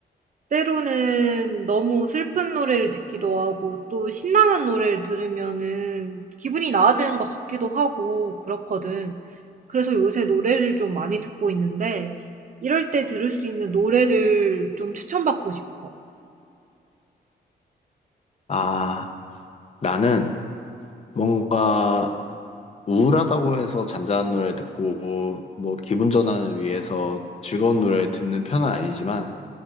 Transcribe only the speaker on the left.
아, 나는 뭔가 우울하다고 해서 잔잔한 노래 듣고 뭐 기분 전환을 위해서 즐거운 노래 듣는 편은 아니지만